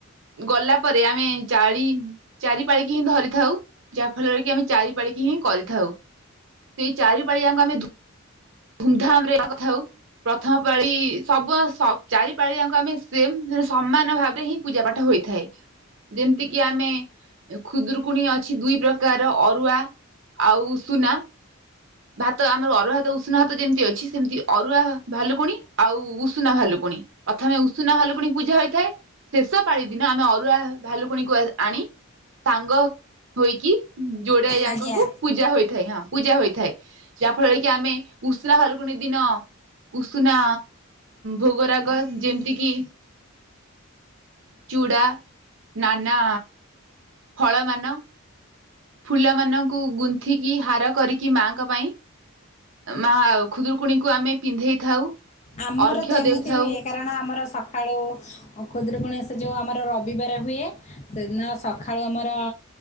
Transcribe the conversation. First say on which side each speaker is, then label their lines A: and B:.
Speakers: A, on the right; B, on the left.
A: ଗଲା ପରେ ଆମେ ଚାଳି ଚାରି ପାଳିକି ହିଁ ଧରିଥାଉ ଯାହା ଫଳରେ କି ଆମେ ଚାରି ପାଳି ପାଳିକି ହିଁ କରିଥାଉ ସେଇ ଚାରି ପାଳିଆଙ୍କ ଆମେ ଧୁ ଧୁମଧାମ ରେ କଥା ହଉ। ପ୍ରଥମ ପାଳି ସବୁ ଆଁ ଚାରି ପାଳିଆଙ୍କ ଆମେ ସେମ ସେ ସମାନ ଭାବରେ ହିଁ ପୂଜା ପାଠ ହୋ ହୋଇଥାଏ। ଯେମିତି କିି ଆମେ ଖୁଦୁରୁକୁଣୀ ଅଛି ଦୁଇ ପ୍ରକାର ଅରୁଆ ଆଉ ଉଷୁନା ଭାତ ଆମର ଅରୁଆ ଭାତ ଉଷୁନା ଭାତ ଯେମିତି ଅଛି ସେମିତି ଅରୁଆ ଭାଲୁକୁଣି ଆଉ ଉଷୁନା ଭାଲୁକୁଣି। ପ୍ରଥମେ ଉଷୁନା ହଲୁକୁଣି ପୂଜା ହୋଇଥାଏ। ଶେଷ ପାଳି ଦିନ ଆମେ ଅରୁଆ ଭାଲୁକୁଣିକୁ ଆଣି ସାଙ୍ଗ ହୋଇକି ଯୋଡେ ଯାଙ୍କ
B: ଆଜ୍ଞା।
A: କୁ ପୂଜା ହୋଇଥାଏ ହଁ ପୂଜା ହୋଇଥାଏ। ଯାହାଫଳରେ କି ଆମେ ଉସୁନା ଭାଲକୁୁନି ଦିନ ଉଷୁନା ଭୋଗରାଗ ଯେମିତି କିି ଚୁଡା ନାନା ଫଳ ମାନ ଫୁଲ ମଙ୍କୁ ଗୁନ୍ଥିକି ହାର କରିକି ମାଙ୍କ ପାଇଁ ମା ଖୁଦରୁକୁଣୀକୁ ଆମେ ପିନ୍ଧେଇ ଥାଉ
B: ଆମର
A: ଅର୍ଘ୍ୟ
B: ତ ଏମିତି
A: ଦେଉଥାଉ
B: ହୁଏ, କାରଣ ଆମର ସକାଳୁ ଖୁଦୁରୁକୁଣୀ ସେ ଜଉ ଆମର ରବିବାର ହୁଏ, ସେଦିନ ସକାଳୁ ଆମର